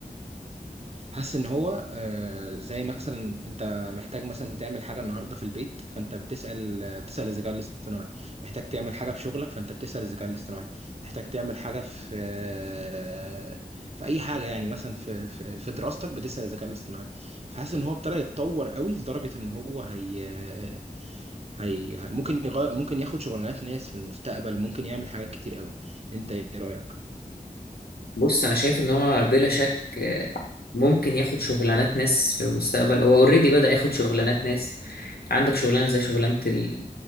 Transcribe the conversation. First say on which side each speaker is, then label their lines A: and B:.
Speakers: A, on the right; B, on the left.
A: حاسس إن هو آه، زي مثلا أنت محتاج مثلا تعمل حاجة النهاردة في البيت فأنت بتسأل بتسأل الذكاء الاصطناعي محتاج تعمل حاجة في شغلك فأنت بتسأل الذكاء الاصطناعي محتاج تعمل حاجة في آه، في أي حاجة يعني مثلا في في في دراستك بتسأل الذكاء الاصطناعي فحاسس ان هو ابتدى يتطور قوي لدرجه ان هو هي هي ممكن يغير ممكن ياخد شغلانات ناس في المستقبل ممكن يعمل حاجات كتير قوي انت ايه رايك
B: بص أنا شايف إن هو بلا شك آه، ممكن ياخد شغلانات ناس في المستقبل هو أوريدي بدأ ياخد شغلانات ناس عندك شغلانة زي شغلانة ال...